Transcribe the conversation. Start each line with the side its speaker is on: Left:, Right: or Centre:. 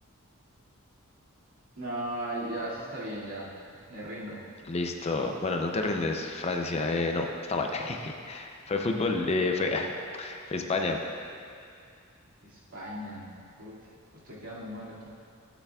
Right: no, ya sí está bien, ya. Me rindo.
Left: Listo. Bueno, no te rindes. Francia. Eh, no, está mal. <laughs> Fue fútbol, eh, fue, <laughs> fue España.
Right: España, puta, pues estoy quedando mal aquí.